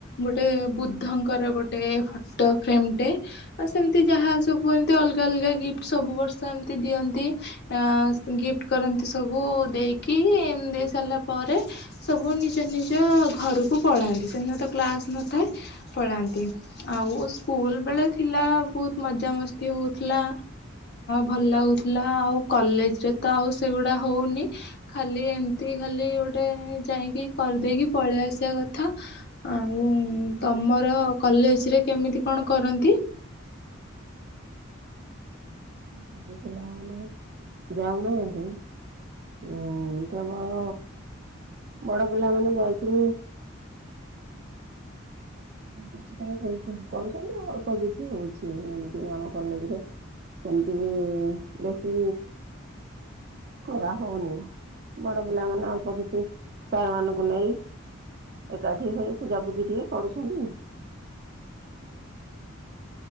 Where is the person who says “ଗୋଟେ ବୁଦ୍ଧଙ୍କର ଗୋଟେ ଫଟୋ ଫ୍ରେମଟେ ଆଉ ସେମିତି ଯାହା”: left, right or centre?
Left